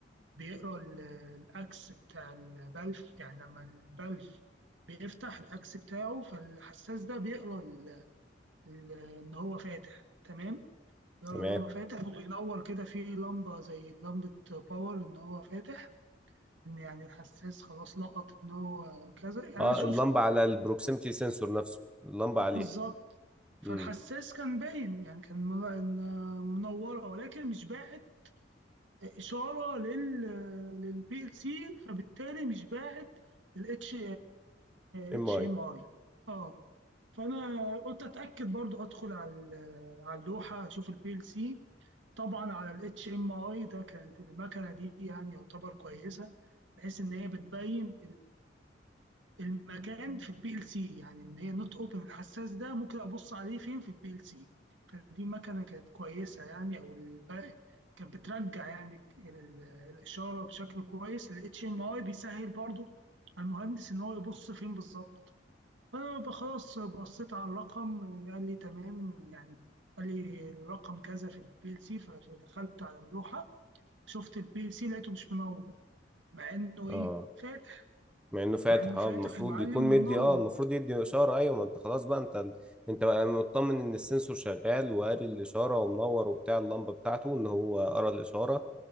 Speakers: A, on the right; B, in the centre.
A: بيقرأ ال- الأكس بتاع البلف يعني لما البلف بيفتح الأكس بتاعه فالحساس ده بيقرأ ال- ال- إن هو فاتح تمام يرى
B: تمام
A: ان هو فاتح وبينور كده في لمبه زي لمبه باور ان هو فاتح ان يعني الحساس خلاص لقط ان هو كذا يعني انا
B: اه
A: شفت
B: اللمبه على البروكسيمتي سنسور نفسه اللمبه عليه
A: بالظبط فالحساس
B: امم
A: كان باين يعني كان مل- منوره ولكن مش باعت اشاره لل للبي ال سي فبالتالي مش باعت الاتش
B: ام
A: اتش
B: اي
A: ام اي اه فانا قلت اتاكد برضو ادخل على ال- على اللوحه اشوف البي ال سي طبعا على الاتش ام اي ده كانت المكنه دي يعني يعتبر كويسه بحيث ان هي بتبين المكان في البي ال سي يعني ان هي نوت اوبن الحساس ده ممكن ابص عليه فين في البي ال سي فدي مكنه كانت كويسه يعني او الباقي كانت بترجع يعني ال- الاشاره بشكل كويس الاتش ام اي بيسهل برضو على المهندس ان هو يبص فين بالظبط فخلاص بصيت على الرقم قال لي تمام يعني قال لي الرقم كذا في البي ال سي فدخلت على اللوحه شفت البي ال سي لقيته مش منور مع انه
B: اه
A: ايه فاتح
B: مع انه فاتح
A: مع انه فاتح
B: اه المفروض
A: ومعلم
B: يكون مدي
A: ومنور
B: اه المفروض يدي اشاره ايوه ما انت خلاص بقى انت انت بقى مطمن ان السنسور شغال وقاري الاشاره ومنور وبتاع اللمبه بتاعته ان هو قرا الاشاره